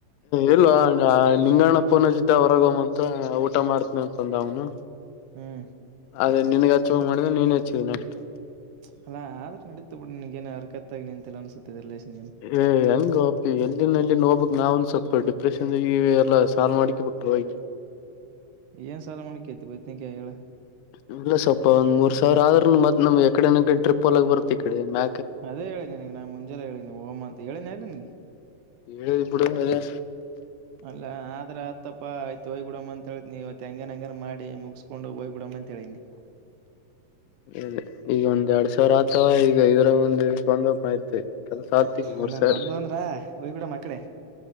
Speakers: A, on the left (about 85°); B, on the right (about 75°).
A: ಇಲ್ವಾ ನಿಂಗಣ್ಣ ಪೋನಚಿದ್ದ ಹೊರಗಮ್ಮಂತ ಊಟ ಮಾಡ್ತನಿ ಅಂತಂದ ಅವ್ನು.
B: ಹ್ಮ್.
A: ಅದೇ ನಿನಗೆ ಹಚ್ಚೊಂಗ್ ಮಾಡಿದ್ರೆ ನೀನ್ ಹೆಚ್ಚಿದೆ ನೆಕ್ಸ್ಟ್.
B: ಅಲ್ಲ ಆದ್ರು ನಡಿತು ಬಿಡಿ ನಿನ್ಗೇನ್ ಅರ್ಕತ್ತಗ ನಿಂತಿಲ್ಲ ಅನ್ಸುತ್ತೆ ರಿಲೇಶನ್ ನೀನ್.
A: ಏ ಹೆಂಗೊ ಅಪಿ ಎಲ್ಲಿನ ಎಲ್ಲಿಗೋಗ್ಬೇಕ್ ನಾವನ್ ಸ್ವಲ್ಪ ಡಿಪ್ರೆಷನ್ದಾಗ ಇವಿ. ಇಲ್ಲ ಸಾಲ್ ಮಾಡ್ಕ ಬಿಟ್ಲು ಹೋಗಿ.
B: ಏನ್ ಸಾಲ ಮಾಡಕೈತಿ ಬದ್ನೆಕಯ್ ಹೇಳ.
A: ಇಲ್ಲ ಸ್ವಪ್ಪ ಒಂದ್ ಮೂರ್ ಸಾವಿರ ಆದ್ರೂ ಮತ್ ನಮ್ ಎಕಡೆ ಟ್ರಿಪ್ ಹೊಗ್ಲಾಕ್ ಬತ್ತ ಈ ಕಡೆ ಮ
B: ಅದೇ ಹೇಳಿನಿ ನಾ ಮುಂಜೆಲ್ಲ ಹೇಳಿನಿ ಓಗುಮ ಅಂತ ಹೇಳಿನೆ ಅಲ್ಲ ನಿಗೆ.
A: ಹೇಳಿದಿ ಬಿಡ ಅದ.
B: ಅಲ್ಲ ಆದ್ರೆ ಆತ್. ಇತ್ತಪ್ಪಾಯ್ತ ಹಯ್ ಬಿಡ ಅಂತ ಹೇಳಿದನಿ ತಪ್ಪಾ ಆಯ್ತು ಹೋಯ್ಬಿಡಮ ಅಂತೇಳಿ ಇವತ್ತು ಹೆಂಗನ್ ಹಂಗ ಮಾಡಿ ಮುಗಸ್ಕೊಂಡು ಹೋಗ್ ಬಿಡಮ ಅಂತ ಹೇಳಿನಿ.
A: ಅದೆದೆ ಈಗ ಒಂದ್ ಎರಡ್ ಸಾವಿರ ಆತವ ಈಗ ಇದರಗೊಂದ್ ಹಿಡ್ಕೊಂಡುಪ ಆಯ್ತಿ. <unintelligible>
B: ಅಲ್ಲ
A: ಸರ್
B: ಬಂದು ಅಂದ್ರ ಹೋಗ್ ಬಿಡಮ್ಮ ಆಕಡೆ